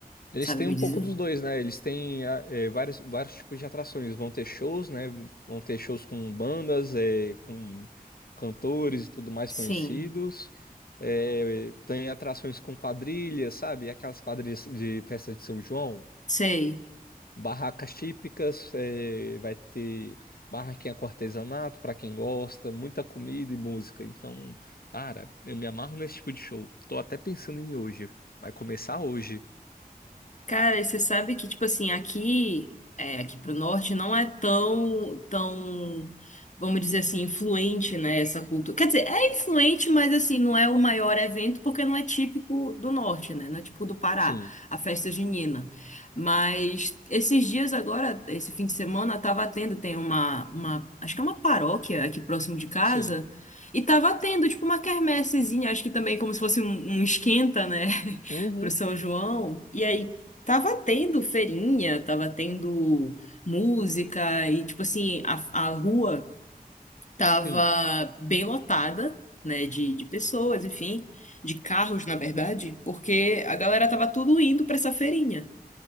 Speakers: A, on the left (about 75°); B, on the left (about 50°).
A: Eles
B: Sabe
A: têm
B: me
A: um
B: dizer?
A: pouco dos dois, né? Eles têm ah, eh, vários, vários tipos de atrações. Vão ter shows, né? Vão ter shows com bandas, eh, com cantores e tudo mais
B: Sim,
A: conhecidos. Eh, tem atrações com quadrilhas, sabe? Aquelas quadrilhas de festa de São João,
B: sei.
A: barracas típicas, eh, vai ter barraquinha com artesanato para quem gosta, muita comida e música. Então, cara, eu me amarro nesse tipo de show. Tô até pensando em ir hoje. Vai começar hoje.
B: Cara, e você sabe que, tipo assim, aqui, é, aqui pro norte não é tão, tão, vamos dizer assim, influente, né, essa cultura. Quer dizer, é influente, mas assim, não é o maior evento porque não é típico do norte, né? Não é típico do Pará,
A: Sim,
B: a festa junina. Mas esses dias agora, esse fim de semana, tava tendo, tem uma, uma, acho que é uma paróquia aqui próximo de casa,
A: sim.
B: e tava tendo, tipo, uma quermessezinha, acho que também como se fosse um um esquenta, né?
A: Uhum,
B: <laughs> pro São João. E aí Tava tendo feirinha, tava tendo música e, tipo assim, a, a rua tava
A: sim,
B: bem lotada, né, de, de pessoas, enfim, de carros, na verdade, porque a galera tava tudo indo pra essa feirinha.